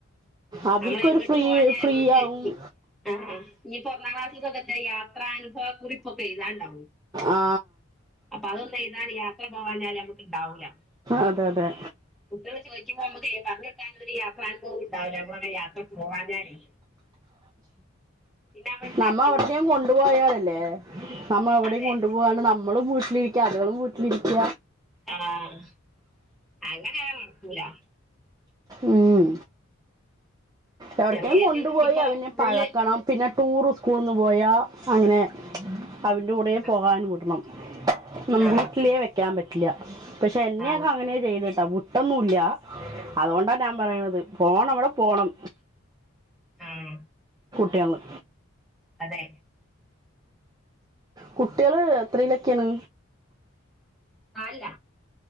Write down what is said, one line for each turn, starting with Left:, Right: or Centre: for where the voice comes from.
Right: അവർക്കൊരു
Centre: നമ്മള് എങ്ങോട്ട്
Right: ഫ്രീ
Centre: പോവഞ്ഞ
Right: ഫ്രീ
Centre: ക്ക്
Right: ആവും
Centre: ആ ഇനിപ ഒന്നാം ക്ലാസ്ക്കൊക്കെ യാത്ര പ്പ കുറിപ്പൊക്കെയതാണ്ട്
Right: ആ
Centre: അപ്പൊ അതൊന്നും എഴുതാൻ യാത്ര പോകാഞ്ഞ ഞമ്മക്ക് ഉണ്ടാവൂല്ല
Right: അതെ അതെ
Centre: കുട്ടികള് ചോദിക്കുമ്പോ നമ്മുക്ക് പറഞ്ഞക്കാനൊ ഒരു യാത്രാനനുഭവം ഉണ്ടാവുല്ല നമ്മളങ്ങനെ യാത്ര പോവാഞ്ഞാല് നമ്മൾ ഉണ്ടാക്കി
Right: നമ്മ അവിടത്തെയും
Centre: എഴുതേണ്ടിയിരുന്നു
Right: കൊണ്ടു പോയാലല്ലേ നമ്മ എവിടെയും
Centre: അതെ
Right: കൊണ്ടു പോകണ്ട് നമ്മള് വി ട്ടിരിക്ക അളുകളും വീട്ടിലിരിക്ക
Centre: ആഹ് അങ്ങനെ ഞാ ഒറക്കുലാ
Right: ഉം എവിടക്കേം
Centre: ചെറിയ
Right: കൊണ്ടുപോയി
Centre: ചെ- ഇനിയിപ്പോ
Right: അവനെ
Centre: ഫുള്ള്
Right: പഴക്കണം പിന്നെ ടൂറ് സ്കൂള്ന്ന് പോയാ അങ്ങനെ അവൻ്റെ കൂടെയാ
Centre: ആ
Right: പോകാൻ വിടണം <unintelligible>
Centre: ആ
Right: വെക്കാൻ പറ്റും ട്ടില്ല പക്ഷെ എന്നെയൊക്കെ
Centre: ആ
Right: അങ്ങനെയാ ചെയ്യ്തെട്ടോ വ് ട്ടൊന്നുല്യ അതുകൊണ്ടാ ഞാ പറയണത് പോണം നമ്മള് പോണം
Centre: ആഹ
Right: ടെൽ <unintelligible>
Centre: അതെ
Right: കുട്ടികള് എത്രയിലക്കെയാണ്
Centre: ആല്ല